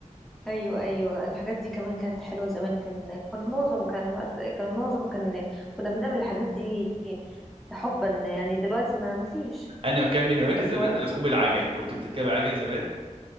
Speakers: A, in the centre; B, on the right.
A: ايوه ايوه الحاجات دي كمان كانت حلوه زمان كان كان معظم كان الوقت كان معظم كان كنا بنعمل الحاجات دي حبا يعني دلوقتي ما ما فيش
B: أنا كان من هواياتي
A: دي كانت
B: زمان
A: هوايه
B: ركوب العجل كنت بتركب عجل زمان